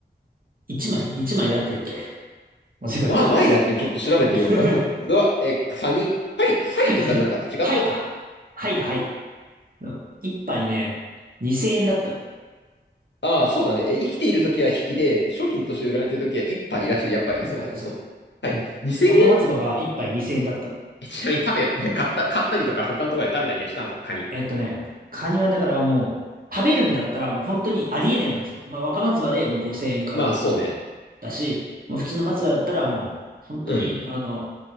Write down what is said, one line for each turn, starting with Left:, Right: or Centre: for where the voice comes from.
Right: 1枚 ?1 枚で合ってるっけ間違えた。
Left: まあ、前だっけちょっと調べてみようか。
Right: <laughs>
Left: うわ、え、カニ。はい、はいとかじゃなかった。
Right: はい、
Left: 違った
Right: はいか。はいだ、はい。1杯ね、2000円だったね。
Left: ああ、そうだね。え、生きているときは引きで、商品として売られているときは一杯いらっしゃる。やっぱり、
Right: 一杯、
Left: そうそうそう。
Right: そう。
Left: はい。
Right: で、
Left: 2000円えん
Right: 若松葉が一杯2000円だった。
Left: えちなみに食べ、な買った、買ったりとか他のところで食べたりはしたの、カニ。
Right: えっとね、カニはだからもう、食べるんだったらもう本当にありえないなんですよ。まあ若松葉でもう5000円から
Left: まあ、そうね。
Right: だし、もう普通の松葉だったらもう、本当に、
Left: うん。
Right: あの、